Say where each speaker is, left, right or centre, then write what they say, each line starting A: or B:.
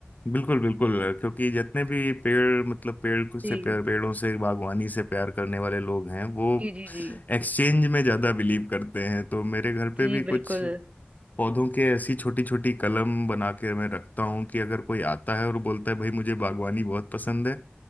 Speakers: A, on the left; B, on the right.
A: बिल्कुल बिल्कुल क्योंकि जितने भी पेड़ मतलब पेड़ को- से
B: जी
A: प्यार पेड़ों से बागवानी से प्यार करने वाले लोग हैं वो
B: जी जी जी
A: एक्सचेंज में ज़्यादा बिलीव करते हैं तो मेरे घर पे
B: जी
A: भी कुछ
B: बिल्कुल
A: पौधों के ऐसी छोटी छोटी कलम बना के मैं रखता हूँ कि अगर कोई आता है और बोलता है भाई मुझे बागवानी बहुत पसंद है